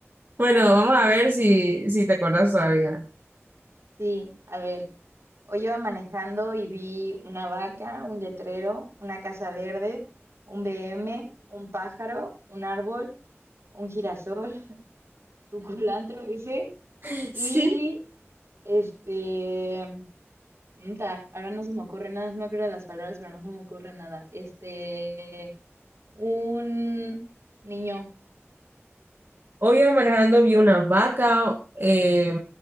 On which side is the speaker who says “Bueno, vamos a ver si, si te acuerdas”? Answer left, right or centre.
Right